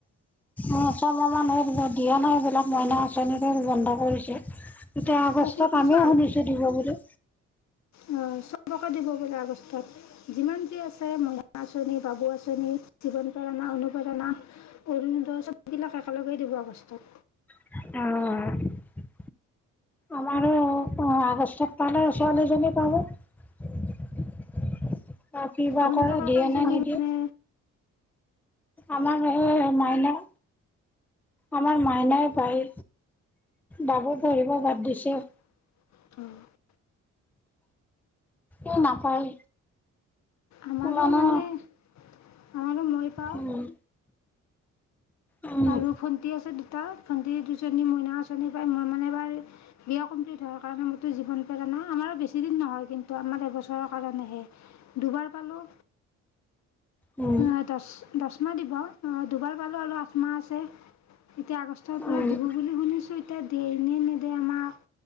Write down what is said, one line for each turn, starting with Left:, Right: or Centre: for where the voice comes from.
Centre: অ', ছমাহ মান হ'ল দিয়া নাই এইবিলাক মইনা আচ চনিটো বন্ধ কৰিছে এতিয়া আগষ্টত
Left: অঁ ঊনৈছ
Centre: আমিও শুনিছো দিব বুলি।
Left: উম, চবকে দিব বোলে আগষ্টত। যিমান যি আছে মইনা আঁচনি বাবু আঁচনি জীৱন প্ৰেৰণা অনুপ্ৰেৰণা অৰুনোদয় চববিলাক একেলগে দিব আগষ্টত
Centre: অ',। আমাৰো অ', আগষ্টত পালে ছোৱালীজনী পাব। অ', কিবা
Left: আপোনালোকৰ
Centre: কৰে দিয়ে
Left: কেইজনী
Centre: নে নিদিয়ে?
Left: মানে
Centre: আমাৰ হেই মাইনা আমাৰ মাইনাই পায়, বাবু পঢ়িব বাদ দিছে।
Left: <inaudible>
Centre: এই নাপায়।
Left: আমাৰো
Centre: জানো
Left: মানে আমাৰো মই পাওঁ।
Centre: উম উম
Left: আৰু ভণ্টি আছে দুটা। ভণ্টি দুজনী মইনা আঁচনি পাই মই মানে এবাৰ বিয়া কমপ্লিট হোৱাৰ কাৰণে মোৰতো জীৱন প্ৰেৰণা আমাৰো বেচিদিন নহয় কিন্তু তো আমাৰ এবছৰৰ কাৰণেহে দুবাৰ পালোঁ
Centre: উম
Left: অ দছ দহ মাহ দিব অ' দুবাৰ পালো আৰু আ- এতিয়া আগষ্টৰ
Centre: উম
Left: পৰা দিব বুলি শুনিছোঁ। এতিয়া দিয়ে নে নিদিয়ে আমাক